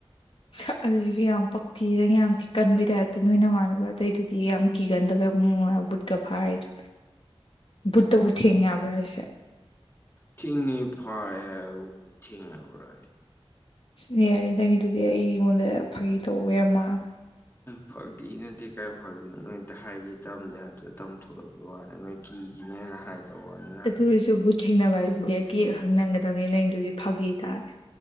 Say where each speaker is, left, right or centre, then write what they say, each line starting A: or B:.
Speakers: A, on the left (about 65°); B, on the left (about 25°).
A: <inaudible> ꯑꯗꯨꯁꯨ ꯌꯥꯝ ꯄꯛꯊꯤꯅ ꯌꯥꯝꯤ ꯀꯟꯕꯒꯤ ꯇꯥꯏꯞꯇꯣ ꯅꯣꯏ ꯅꯃꯥꯟꯅꯕ ꯑꯗꯇꯩꯗꯨꯗꯤ ꯌꯥꯝ ꯀꯤꯒꯟꯗꯕꯩ ꯃꯑꯣꯕ ꯕꯨꯠꯀ ꯐꯥꯔꯤꯗꯣ ꯕꯨꯠꯇꯕꯨ ꯊꯦꯡꯦꯕ꯭ꯔꯥ ꯍꯥꯏꯁꯦ
B: ꯊꯤꯡꯅꯤ ꯐꯔ ꯊꯦꯡꯉꯕ꯭ꯔꯥ
A: ꯅꯦꯔꯦ ꯅꯪꯒꯤꯗꯨꯗꯤ ꯑꯩꯉꯣꯟꯗ ꯐꯥꯒꯤ ꯇꯧꯋꯦ ꯃꯥꯜꯂꯦ
B: ꯐꯥꯈꯤ ꯅꯠꯇꯦ ꯀꯥꯏ ꯐꯒꯣ ꯅꯣꯏ ꯑ ꯍꯥꯏꯗꯤꯦ ꯇꯝꯗꯦ ꯍꯥꯏꯕꯗꯨ ꯇ ꯊꯣꯛꯂꯛꯄꯒꯤ ꯋꯥꯅꯤ ꯅꯣꯏ ꯀꯤꯈꯤꯅꯦꯅ ꯍꯥꯏꯗꯕ ꯋꯥꯅꯤ ꯅꯍ
A: ꯑꯗꯨ ꯑꯣꯏꯔꯁꯨ ꯕꯨꯠ ꯊꯦꯡꯅꯕ ꯍꯥꯏꯁꯤꯗꯤ ꯑꯩ ꯀ ꯑ ꯍꯪ ꯅꯪꯒꯗꯕꯅꯤ ꯅꯪꯗꯨꯗꯤ ꯐꯥꯈꯤ ꯇꯥꯔꯦ